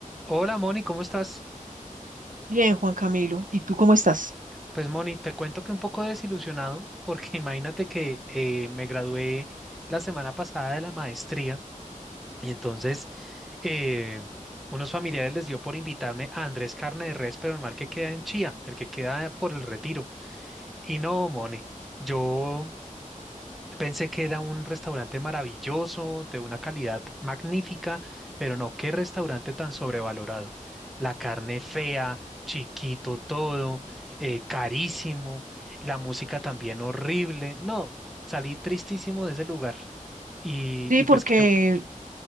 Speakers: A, in the centre; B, on the right.
A: Hola Moni, ¿cómo estás?
B: Bien, Juan Camilo, ¿y tú cómo estás?
A: Pues Moni, te cuento que un poco desilusionado porque <laughs> imagínate que eh, me gradué la semana pasada de la maestría y entonces eh, unos familiares les dio por invitarme a Andrés Carne de Res, pero el mal que queda en Chía, el que queda por el Retiro. Y no, Moni, yo Pensé que era un restaurante maravilloso, de una calidad magnífica, pero no, qué restaurante tan sobrevalorado. La carne fea, chiquito todo, eh, carísimo, la música también horrible. No, salí tristísimo de ese lugar. Y,
B: Sí,
A: y
B: porque
A: pues que yo